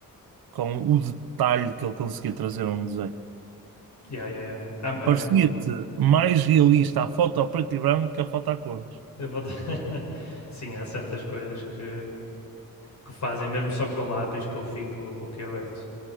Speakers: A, on the right (about 85°); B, on the left (about 50°).
A: com o detalhe que ele conseguia trazer a um desenho.
B: Yeah, yeah, yeah. Há, há
A: Parecia-te
B: mesmo,
A: mais realista a foto a preto e branco que a foto a cores.
B: Eu vou <laughs> Sim, há certas coisas que, que fazem mesmo só com lápis que eu fico boquiaberto.